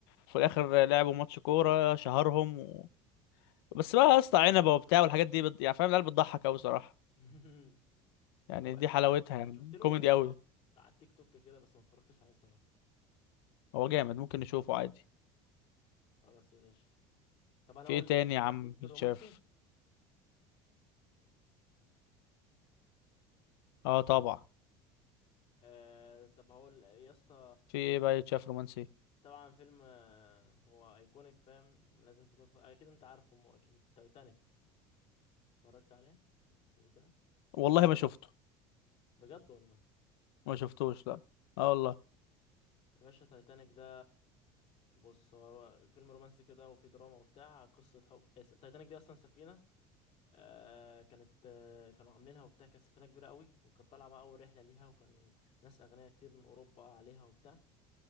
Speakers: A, on the left; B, on the left.
A: في الاخر لعبوا ماتش كوره شهرهم و... بس بقى يا اسطى عنبه وبتاع والحاجات دي بت... يعني فاهم العيال بتضحك قوي صراحه
B: <laughs>
A: يعني
B: هو آه،
A: دي حلاوتها يعني
B: شفت له
A: كوميدي
B: لقطات
A: قوي
B: على التيك توك كده بس ما اتفرجتش عليه صراحة
A: هو جامد ممكن نشوفه عادي
B: خلاص يا باشا طب انا
A: في
B: اقول
A: ايه تاني
B: لك لي-
A: يا عم
B: ليك في
A: يتشاف
B: الرومانسي
A: اه طبعا
B: آه طب هقول يا اسطى
A: في ايه بقى يتشاف رومانسي
B: طبعا فيلم آه، هو ايكونيك فاهم لازم تكون ف... اكيد انت عارفه مو اكيد تايتانيك اتفرجت عليه قبل كده
A: والله ما شفته
B: بجد والله
A: ما شفتوش لا اه والله
B: يا باشا تايتانيك ده بص هو رو- فيلم رومانسي كده وفي دراما وبتاع قصة حب إيه، س- تايتانيك دي اصلا سفينة آه كانت آه كانوا عاملينها وبتاع كانت سفينة كبيرة قوي وكانت طالعة بقى أول رحلة ليها وكان ناس أغنياء كتير من أوروبا عليها وبتاع